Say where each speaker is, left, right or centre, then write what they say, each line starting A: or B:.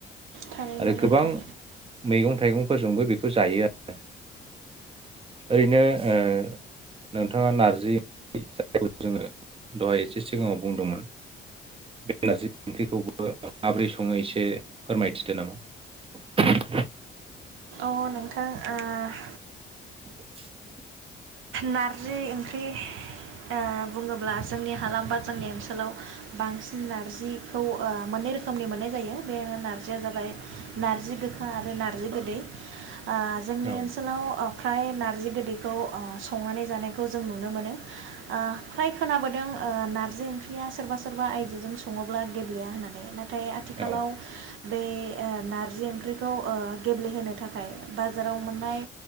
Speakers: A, on the right; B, on the right.
A: थारैनो
B: आरो गोबां
A: नोंथां
B: मैगं थाइगंफोरजोंबो बेखौ जायो आरो ओरैनो ओ नोंथाङा नारजि जेखौ जोङो दहाय एसे सिगाङाव बुंदोंमोन बेलाजि ओंख्रिखौबो माब्रै सङो एसे फोरमायथिदो नामा
A: अ नोंथां ओह
B: <inaudible>
A: नारजि ओंख्रि ओ बुङोब्ला जोंनि हालाम बा जोंनि ओनसोलाव बांसिन नारजिखौ ओ मोननै रोखोमनि मोननाय जायो बे नारजिया जाबाय नार्जि गोखा आरो नार्जि गोदै ओह जोंनि
B: औ
A: ओनसोलाव फ्राय नारजि गोदैखौ ओह संनानै जानायखौ जों नुनो मोनो ओह फ्राय खोनाबोदों ओ नारजि ओंख्रिया सोरबा सोरबा आयजोजों सङोब्ला गेब्लेया होननानै नाथाय नाथाय आथिखालाव
B: औ
A: बे नारजि ओंख्रिखौ गेब्लेहोनो थाखाय बाजाराव मोननाय